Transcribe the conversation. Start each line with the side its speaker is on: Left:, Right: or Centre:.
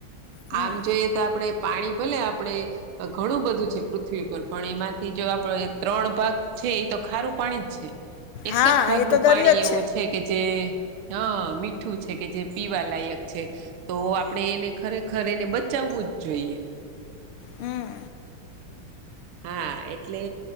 Left: હમ
Right: આમ જોઈએ તો આપડે પાણી ભલે આપણે ઘણું બધું છે પૃથ્વી ઉપર પણ એમાંથી જો આપડે ત્રણ ભાગ છે એ તો ખારું પાણી જ છે એક
Left: હા
Right: જ ભાગનું
Left: એ તો દરિયો
Right: પાણી
Left: જ
Right: એવું છે. કે જે હ મીઠું છે કે જે પીવાલાયક છે તો આપણે એને ખરેખર એને બચાવવું જ જોઈએ.
Left: હમ.
Right: <inaudible> હા એટલે